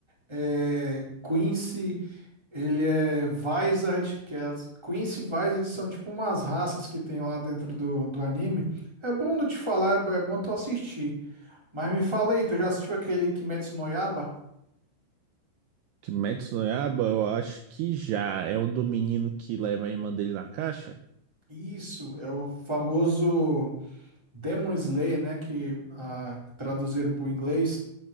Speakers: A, in the centre; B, on the right.
A: é, Quincy, ele é Vizard, que é as Quincy e Vizard são tipo umas raças que tem lá dentro do, do anime. É bom não te falar, é bo- é bom tu assistir. Mas me fala aí, tu já assistiu aquele Kimetsu no Yaiba?
B: Kimetsu no Yaiba, eu acho que já. É o do menino que leva a irmã dele na caixa?
A: Isso, é o famoso Demon Slayer, né, que ah, traduziram pro inglês.